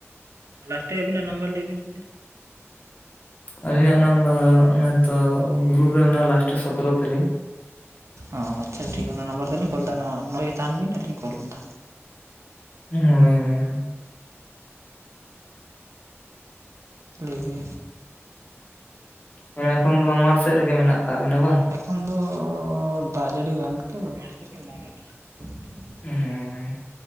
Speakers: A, on the right; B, on the left.
A: ᱞᱟᱥᱴᱮ. ᱟᱹᱵᱤᱱᱟᱜ ᱱᱟᱢᱵᱟᱨ ᱞᱟᱹᱭ ᱵᱤᱱ ᱥᱮ᱾
B: ᱟᱹᱞᱤᱧᱟᱜ ᱱᱟᱢᱵᱟᱨ ᱚᱱᱮᱛᱚ ᱜᱨᱩᱯ ᱨᱮ ᱢᱮᱱᱟᱜ-ᱟ ᱞᱟᱥᱴᱮ ᱥᱚᱛᱚᱨᱚ ᱛᱟᱞᱤᱧ᱾
A: ᱚᱸ ᱟᱪᱪᱷᱟ ᱴᱷᱤᱠ ᱜᱮᱭᱟ ᱚᱱᱟ ᱱᱟᱢᱵᱟᱨ ᱛᱮᱞᱤᱧ ᱠᱚᱞ ᱫᱟ ᱱᱚᱣᱟ ᱱᱚᱰᱮ ᱜᱮ ᱛᱟᱦᱮᱱ ᱵᱤᱱ ᱟᱨ ᱞᱤᱧ ᱠᱚᱞ ᱫᱟ᱾
B: ᱦᱳᱭ ᱦᱳᱭ ᱦᱳᱭ᱾
A: ᱞᱟᱹᱭ ᱵᱤ
B: ᱢᱟᱱᱮ ᱮᱠᱷᱚᱱ ᱫᱚ ᱢᱟᱴᱷ ᱥᱮᱫ ᱨᱮᱜᱮ ᱢᱮᱱᱟᱜ ᱟᱠᱟᱫ ᱵᱤᱱᱟ ᱵᱟᱝ?
A: ᱮᱠᱷᱚᱱ ᱫᱚ ᱫᱟᱜ ᱡᱟᱹᱲᱤ ᱵᱟᱝ ᱠᱷᱟᱭᱤᱨ <inaudible>
B: <inaudible>